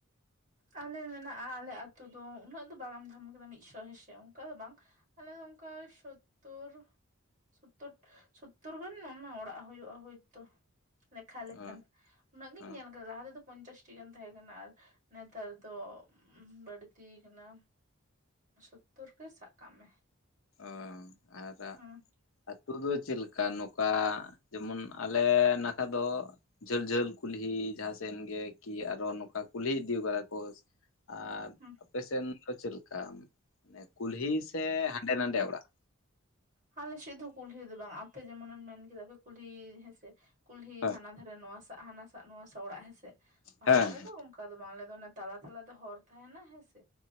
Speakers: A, on the right; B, on the left.
A: ᱟᱞᱮ ᱢᱮᱱᱟᱜᱼᱟ ᱟᱞᱮ ᱟᱛᱳ ᱫᱚ ᱩᱱᱟᱹᱜ ᱫᱚ ᱵᱟᱝᱢ ᱡᱟᱢ ᱟᱠᱟᱫᱟ ᱢᱤᱫ ᱥᱚ ᱦᱮᱸᱥᱮ ᱚᱱᱠᱟ ᱫᱚ ᱵᱟᱝ ᱟᱞᱮ ᱫᱚ ᱚᱱᱠᱟ ᱥᱳᱛᱛᱳᱨ ᱥᱳᱛᱛᱳᱨ ᱥᱳᱛᱛᱳᱨ ᱜᱟᱱ ᱚᱱᱟ ᱚᱲᱟᱜ ᱦᱩᱭᱩᱜᱼᱟ ᱦᱳᱭᱛᱳ ᱞᱮᱠᱷᱟ ᱞᱮᱠᱷᱟᱱ
B: ᱦᱮᱸ
A: ᱩᱱᱟᱹᱜ ᱜᱤᱧ
B: ᱦᱮᱸ
A: ᱧᱮᱞ ᱠᱟᱫᱟ ᱞᱟᱦᱟ ᱛᱮᱫᱚ ᱯᱚᱧᱪᱟᱥᱴᱤ ᱜᱟᱱ ᱛᱟᱦᱮᱸ ᱠᱟᱱᱟ, ᱟᱨ ᱱᱮᱛᱟᱨ ᱫᱚ ᱵᱟᱹᱲᱛᱤ ᱠᱟᱱᱟ᱾ ᱥᱳᱛᱛᱚᱨ ᱜᱮ ᱥᱟᱵ ᱠᱟᱜ ᱢᱮ
B: ᱚ ᱟᱨ
A: ᱦᱩᱸ
B: ᱟᱹᱛᱩ ᱫᱚ ᱪᱮᱫᱠᱟ ᱠᱟ ᱱᱚᱝᱠᱟ ᱡᱮᱢᱚᱱ ᱟᱞᱮ ᱱᱟᱠᱷᱟ ᱫᱚ ᱡᱷᱟᱹᱞ ᱡᱷᱟᱹᱞ ᱠᱩᱞᱦᱤ ᱡᱟᱦᱟᱸᱥᱮᱱ ᱜᱮ ᱠᱤ ᱟᱨᱚ ᱱᱚᱝᱠᱟ ᱠᱩᱞᱦᱤ ᱤᱫᱤ ᱠᱟᱫᱟ ᱠᱚ, ᱟᱨ
A: ᱦᱩᱸ
B: ᱟᱯᱮᱥᱮᱱ ᱫᱚ ᱪᱮᱫ ᱞᱮᱠᱟ ᱢᱟᱱᱮ ᱠᱩᱞᱦᱤ ᱥᱮ ᱦᱟᱸᱰᱮ ᱱᱟᱰᱮ ᱚᱲᱟᱜ?
A: ᱟᱞᱮ ᱥᱮᱫ ᱫᱚ ᱠᱩᱞᱦᱤ ᱫᱚ ᱵᱟᱝ ᱟᱯᱮ ᱡᱮᱢᱚᱱᱮᱢ ᱢᱮᱱ ᱠᱮᱫᱟᱮ ᱠᱩᱞᱦᱤ ᱦᱮᱸᱥᱮ ᱠᱩᱞᱦᱤ
B: ᱦᱮᱸ
A: ᱦᱟᱱᱟ ᱫᱷᱟᱨᱮ ᱱᱚᱣᱟ ᱫᱥᱜ ᱦᱟᱱᱟ ᱥᱟᱜ ᱱᱚᱣᱟ ᱚᱲᱟᱜ ᱦᱮᱸᱥᱮ ᱟᱨ
B: ᱦᱮᱸ
A: ᱟᱞᱮ ᱫᱚ ᱚᱱᱠᱟ ᱫᱚ ᱵᱟᱝ ᱟᱞᱮ ᱫᱚ ᱛᱟᱞᱟ ᱛᱟᱞᱟ ᱫᱚ ᱦᱚᱨ ᱛᱟᱦᱮᱱᱟ ᱦᱮᱸᱥᱮ